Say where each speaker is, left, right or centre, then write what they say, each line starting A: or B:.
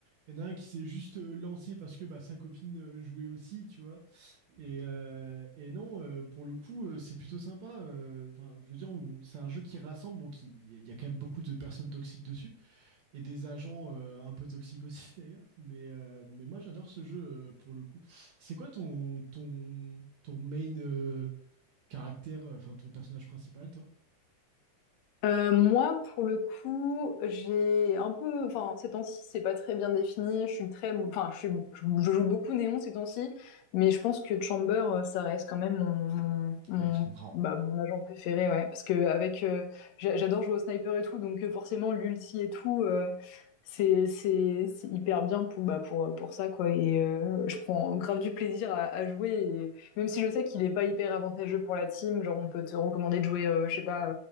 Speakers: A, on the right; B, on the left.
A: Il y en a un qui s'est juste euh, lancé parce que bah, sa copine euh, jouait aussi, tu vois. Et, euh, et non, euh, pour le coup, euh, c'est plutôt sympa. Euh, Enfin, je veux dire, on- c'est un jeu qui rassemble, bon, qui, il y a quand même beaucoup de personnes toxiques dessus et des agents euh, un peu toxiques aussi <laughs> d'ailleurs. Mais, euh, mais moi, j'adore ce jeu euh, pour le coup. C'est quoi ton, ton, ton main euh, caractère, euh, enfin ton personnage principal, toi?
B: Euh, moi, pour le coup, j'ai un peu, enfin, ces temps-ci, c'est pas très bien défini. Je suis très, enfin, je suis, je, je joue beaucoup Néon ces temps-ci, mais je pense que Chamber, euh, ça reste quand même mon, mon, mon-
A: Ouais, je comprends.
B: bah, mon agent préféré, ouais. Parce que avec, euh, j'a- j'adore jouer au sniper et tout, donc euh, forcément l'ulti et tout, euh, c'est, c'est, c'est hyper bien pour, bah, pour, pour ça, quoi. Et euh, je prends grave du plaisir à, à jouer, et même si je sais qu'il est pas hyper avantageux pour la team, genre on peut te recommander de jouer, euh, je sais pas.